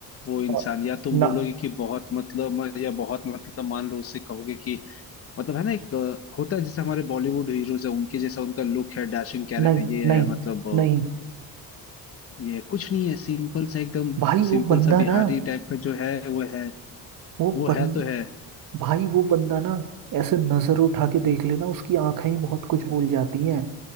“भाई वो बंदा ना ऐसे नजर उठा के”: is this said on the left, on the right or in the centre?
Right